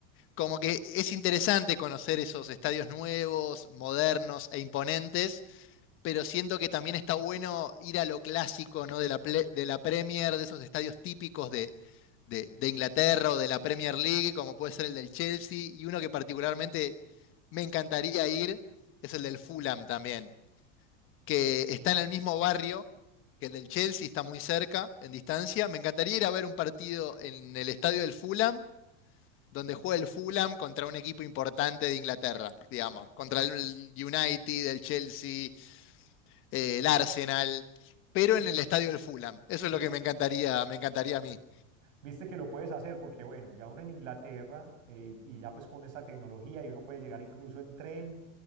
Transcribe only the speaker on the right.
Vi-
vi-
Viste que lo puedes hacer porque, bueno, ya uno en Inglaterra eh, y ya pues con esta tecnología y uno puede llegar incluso en tren,